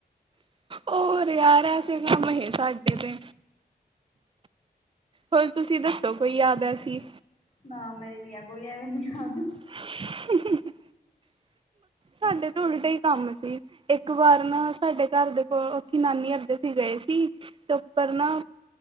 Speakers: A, on the right (about 35°); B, on the left (about 45°).
A: ਹੋਰ ਯਾਰ ਹੈ। ਕੰਮ ਹੀ ਸਾਡੇ ਤੇ। ਹੋਰ ਤੁਸੀਂ ਦੱਸੋ ਕੋਈ ਯਾਦ ਏਸੀ।
B: ਨਾ ਮੇਰੀ ਨ ਆ ਕੋਈ ਆਦੀ ਯਾਦ।
A: <unintelligible> ਹੂ ਹੂ ਸਾਡੇ ਤੋਂ ਉਲਟਾ ਹੀ ਕੰਮ ਸੀ। ਇੱਕ ਵਾਰ ਨਾ ਸਾਡੇ ਘਰ ਦੇ ਕੋਲ ਉੱਥੇ ਨਾਨੀ ਅਰਦੇ ਸੀ ਗਏ ਸੀ। ਉੱਪਰ ਨਾ